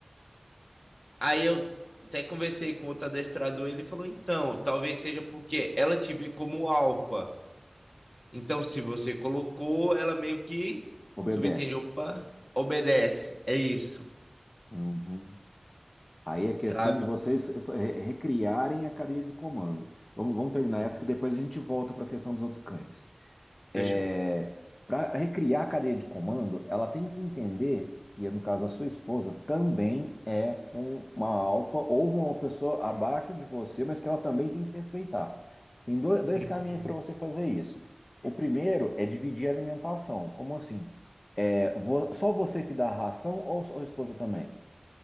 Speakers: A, on the left; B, on the left.
A: Aí eu até conversei com outro adestrador, ele falou: então, talvez seja porque ela te vê como alfa. Então, se você colocou, ela meio que
B: Obedece.
A: subentende, opa, obedece. É isso,
B: Uhum. Aí é questão
A: sabe?
B: de vocês re- recriarem a cadeia de comando. Vamos, vamos terminar
A: Uhum.
B: essa que depois a gente volta para a questão dos outros cães.
A: Fechou.
B: É, para recriar a cadeia de comando, ela tem que entender que, no caso, a sua esposa também é um- uma alfa ou uma pessoa abaixo de você, mas que ela também tem que respeitar. Tem do- dois
A: Uhum.
B: caminhos para você fazer isso. O primeiro é dividir a alimentação. Como assim? É, vo- só você que dá a ração ou sua esposa também?